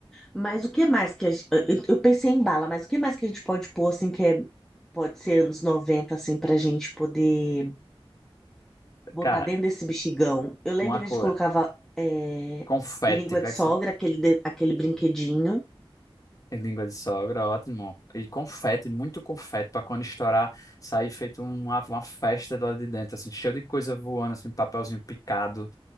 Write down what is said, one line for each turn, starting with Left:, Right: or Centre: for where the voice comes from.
Centre: Mas o que mais que a gente... Eu eu pensei em bala, mas o que mais que a gente pode pôr, assim, que é... Pode ser anos noventa assim, pra gente poder botar
Left: Cara,
Centre: dentro desse bexigão. Eu lembro
Left: uma
Centre: que
Left: coisa,
Centre: a gente colocava é,
Left: confete,
Centre: língua
Left: o que
Centre: de
Left: é
Centre: sogra,
Left: que você...
Centre: aquele, de- aquele brinquedinho.
Left: é Língua de sogra, ótimo. E confete, muito confete, pra quando estourar, sair feito um, uma, uma festa lá de dentro, assim, cheio de coisa voando, assim, papelzinho picado,